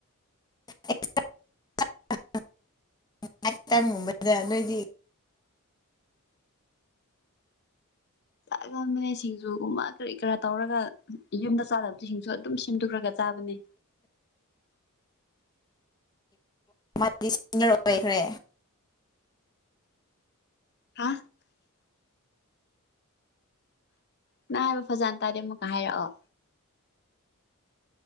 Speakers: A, on the left; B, on the left.
A: <unintelligible>
B: ꯆꯥꯒꯕꯅꯦ ꯁꯤꯡꯖꯨꯒꯨꯝꯕ ꯀꯔꯤ ꯀꯔꯥ ꯇꯧꯔꯒ ꯌꯨꯝꯗ ꯆꯥꯗꯕꯗꯨ ꯁꯤꯡꯁꯨ ꯑꯗꯨꯝ ꯁꯦꯝꯗꯣꯛꯈ꯭ꯔꯒ ꯆ ꯆꯥꯕꯅꯤ
A: ꯃꯥꯗꯤ ꯁꯅꯤꯌꯔ ꯑꯣꯏꯈ꯭ꯔꯦ
B: ꯍꯥ ꯅ ꯍꯥꯏꯕ ꯐꯖꯅ ꯇꯥꯗꯦ ꯑꯃꯨꯛꯀ ꯍꯥꯏꯔꯛꯑꯣ